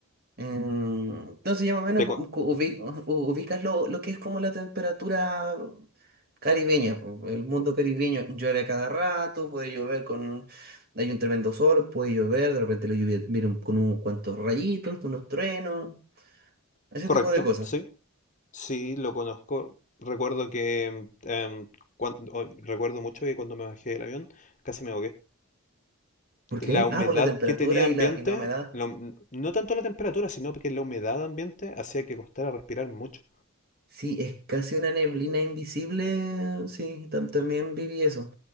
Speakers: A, on the right (about 45°); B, on the left (about 35°).
A: Em, Entonces, ya más o menos
B: Te co-
A: u- ubi- u- ubicas lo, lo que es como la temperatura caribeña, po, el mundo caribeño. Llueve a cada rato, puede llover con... Hay un tremendo sol, puede llover, de repente lo lluvia viene un- con unos cuantos rayitos, con unos truenos, ese
B: correcto,
A: tipo de cosas.
B: sí, sí, lo conozco. Recuerdo que, em, em, cuan- o- recuerdo mucho que cuando me bajé del avión casi me ahogué.
A: ¿Por qué?
B: La humedad
A: Ah, por la temperatura
B: que tenía ambiente,
A: y la, y la humedad.
B: lo- no tanto la temperatura, sino que la humedad ambiente hacía que costara respirar mucho.
A: Sí, es casi una neblina invisible. Sí, tam- también viví eso.